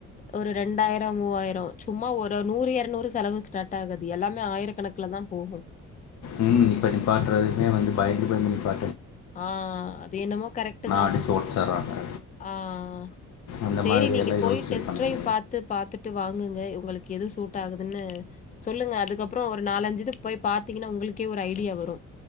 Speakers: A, on the left (about 25°); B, on the left (about 65°).
A: ஒரு ரெண்டாயிரோ மூவாயிரோ சும்மா ஒரு நூறு எரநூறு செலவு ஸ்டார்ட் ஆகாது எல்லாமே ஆயிரக்கணக்குல தா தா போகு
B: உம் இப்ப நிப்பாட்டுறதுமே வந்து பயந்து பயந்து நிப்பா
A: ஆஹ் அது என்னமோ கரெக்ட் தா
B: அடித்து உடச்சிட்றாங்க
A: ஆஹ்
B: அந்த
A: சேரி
B: மாதிரி
A: நீங்க
B: எல்லாம்
A: போய்
B: யோசிச்சு
A: டெஸ்ட்
B: இது பண்ண
A: ட்ரைவ்
B: முடியாது
A: பாத்து பாத்துட் வாங்குங்க உங்களுக்கு எது சூட் ஆகுதுன்னு சொல்லுங்க அதுக்கப்பறோ ஒரு நாலஞ்சு இது போய் பாத்தீங்கன்னா உங்க ங்களுக்கே ஒரு ஐடியா வரு